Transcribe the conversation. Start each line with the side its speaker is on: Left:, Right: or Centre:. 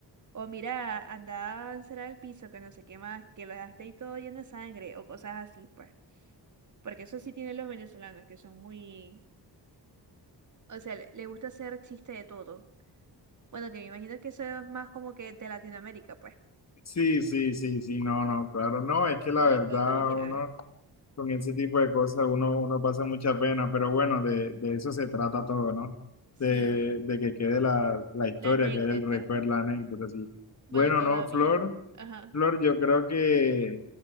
Right: O mira, anda a avanzar al piso, que no sé qué más, que lo dejaste ahí todo lleno de sangre, o cosas así, pues. Porque eso sí tienen los venezolanos, que son muy... O sea, le, le gusta hacer chiste de todo. Bueno, que me imagino que eso es más como que de Latinoamérica, pues.
Left: Sí, sí, sí, sí, no, no, claro, no, es que la
Right: No,
Left: verdad,
Right: y todavía.
Left: uno con ese tipo de cosas, uno, uno pasa mucha pena, pero bueno, de, de eso se trata todo, ¿no?
Right: Sí,
Left: De, de que quede la, la historia,
Right: la anécdota.
Left: quede el recuerdo, la anécdota, sí
Right: Bueno,
Left: Bueno,
Right: todavía.
Left: no, Flor,
Right: Ajá.
Left: Flor, yo creo que